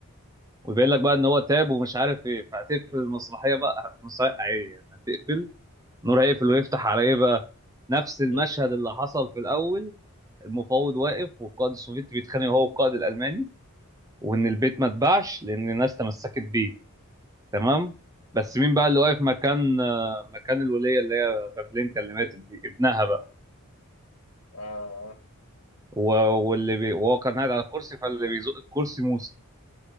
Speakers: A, on the right (about 15°); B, on the left (about 70°).
A: وبيقول لك بقى ان هو تاب ومش عارف ايه فهتقفل المسرحيه بقى مسرحيه عاديه يعني هتقفل نور هيقفل ويفتح على ايه بقى نفس المشهد
B: إيه
A: اللي حصل في الاول المفاوض واقف والقائد السوفيتي بيتخانق هو والقائد الالماني وان البيت ما اتباعش لان الناس تمسكت بيه تمام بس مين بقى اللي واقف مكان آه، مكان الوليه اللي هي بابلينكا اللي ماتت دي ابنها بقى
B: آه آه
A: و- واللي بي... وهو كان قاعد على الكرسي فاللي بيزق الكرسي موسى